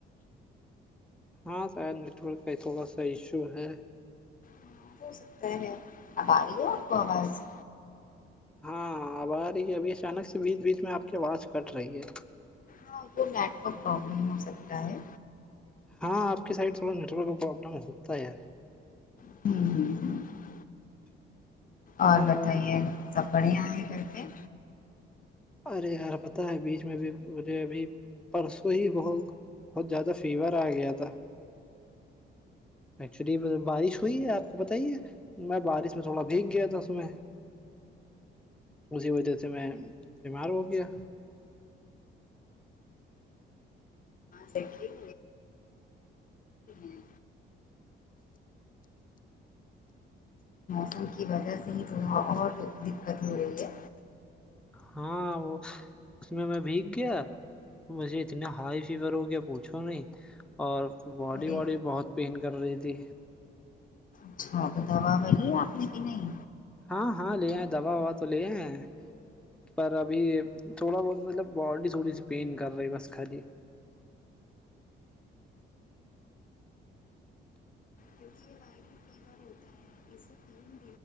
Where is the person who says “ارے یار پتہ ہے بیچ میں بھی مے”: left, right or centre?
Centre